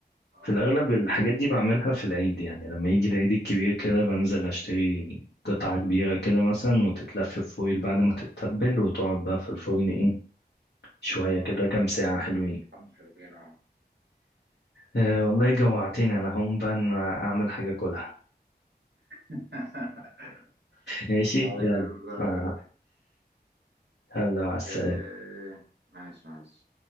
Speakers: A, on the right; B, on the left.
A: اه
B: في
A: الحاجات
B: الأغلب الحاجات
A: دي
B: دي بعملها في العيد يعني لما يجي العيد الكبير كده بنزل أشتري قطعة كبيرة كده مثلا وتتلف في فويل بعد ما تتبل وتقعد بقى في الفرن إيه شوية
A: اه
B: كده كام ساعة حلوين
A: حبة حلوين اه
B: أه والله جوعتني أنا هقوم بقى أنا أعمل حاجة كلها
A: <laughs>
B: ماشي
A: طيب
B: يلا
A: آه،
B: آه. يلا مع السلامة
A: آه، ماشي ماشي